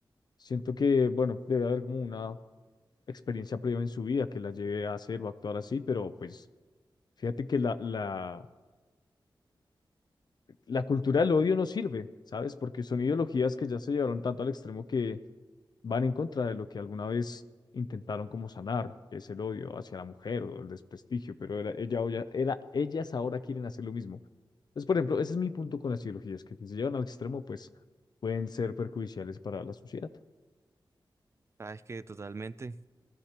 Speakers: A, on the left; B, on the right.
A: Siento que, bueno, debe haber como una experiencia previa en su vida que la lleve a hacer o a actuar así, pero pues fíjate que la, la, la cultura del odio no sirve, ¿sabes? Porque son ideologías que ya se llevaron tanto al extremo que van en contra de lo que alguna vez intentaron como sanar, que es el odio hacia la mujer o el desprestigio, pero era, ella, ahora- era, ellas ahora quieren hacer lo mismo. Entonces, por ejemplo, ese es mi punto con las ideologías, que si se llevan al extremo, pues pueden ser perjudiciales para la sociedad.
B: Sabes que totalmente,